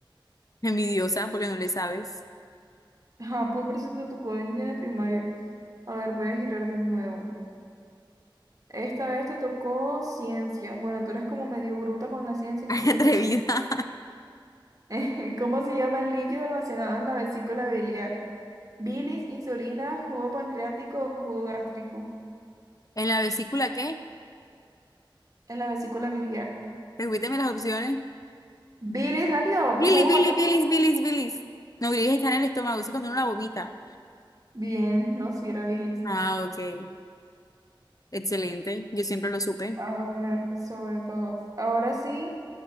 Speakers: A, on the left; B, on the right.
A: Envidiosa, porque no le sabes.
B: Ah, pues por eso te tocó de niña de primaria. A ver, voy a girar de nuevo. Esta vez te tocó ciencia. Bueno, tú eres como medio bruta con la ciencia,
A: <laughs>
B: que
A: Ay,
B: sí que...
A: Atrevida.
B: <laughs> ¿Cómo se llama el líquido almacenado en la vesícula biliar? Bilis, insulina, jugo pancreático o jugo gástrico
A: ¿En la vesícula qué?
B: en la vesícula biliar.
A: Repíteme las opciones.
B: Bilis, rápido, pues,
A: Billy,
B: jugo
A: Billy,
B: pancreático.
A: bilis, bilis, bilis. No, bilis está en el estómago, eso es cuando uno la vomita.
B: Bien, no, si era bilis.
A: Ah, ok. Excelente. Yo siempre lo supe.
B: A ver, sobre todo. Ahora sí,